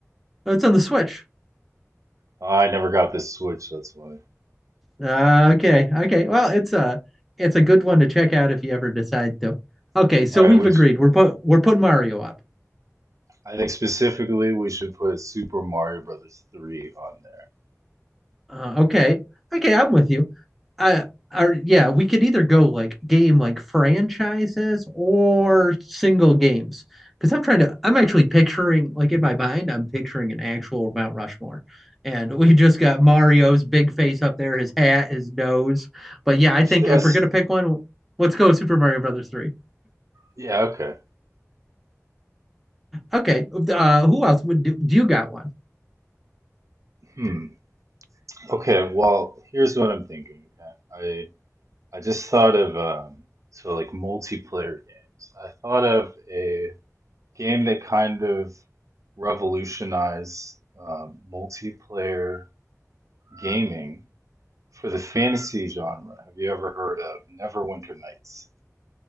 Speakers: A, in the centre; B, on the right (about 75°).
A: Oh, It's on the Switch.
B: Oh, I never got this Switch, that's why.
A: Uh, okay, okay. Well, it's a it's a good one to check out if you ever decide to. Okay, so
B: All right,
A: we've
B: which
A: agreed. We're put we're putting Mario up.
B: I think specifically we should put Super Mario Brothers 3 on there.
A: Uh, okay, okay. I'm with you. I are yeah. We could either go like game like franchises or single games. Because I'm trying to, I'm actually picturing like in my mind, I'm picturing an actual Mount Rushmore, and we just got Mario's big face up there, his hat, his nose. But yeah, I
B: Actually,
A: think
B: that's
A: if we're gonna pick one, let's go Super Mario Brothers three.
B: yeah, okay.
A: Okay. Uh, who else would do? Do You got one.
B: Hmm. Okay, well, here's what I'm thinking, okay? I I just thought of um so like multiplayer games. I thought of a. game that kind of revolutionized uh, multiplayer gaming for the fantasy genre. Have you ever heard of Neverwinter Nights?